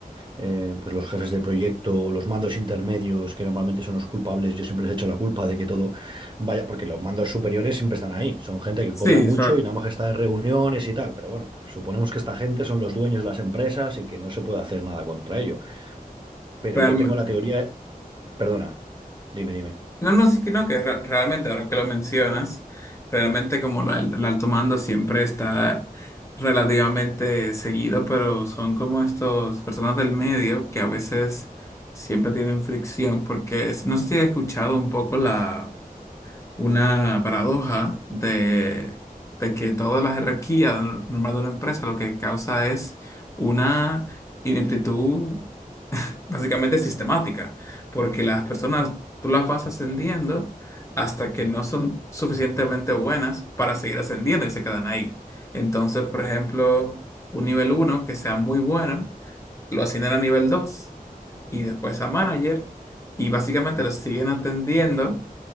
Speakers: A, on the right (about 30°); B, on the left (about 20°).
A: eh, pues los jefes de proyecto, los mandos intermedios, que normalmente son los culpables, yo siempre les he hecho la culpa de que todo Vaya, porque los mandos superiores siempre están ahí. Son gente que
B: Sí,
A: cobra mucho y nada más que está en reuniones y tal. Pero bueno, suponemos que esta gente son los dueños de las empresas y que no se puede hacer nada contra ello. Pero
B: realmente.
A: yo tengo la teoría, perdona, dime, dime.
B: No, no, sí que no, que re- realmente, ahora que lo mencionas, realmente como la- el alto mando siempre está relativamente seguido, pero son como estos personas del medio que a veces siempre tienen fricción, porque es- no sé si has escuchado un poco la una paradoja de, de que toda la jerarquía normal de una empresa lo que causa es una ineptitud básicamente sistemática, porque las personas tú las vas ascendiendo hasta que no son suficientemente buenas para seguir ascendiendo y se quedan ahí. Entonces, por ejemplo, un nivel uno que sea muy bueno, lo ascienden a nivel 2 y después a manager y básicamente lo siguen atendiendo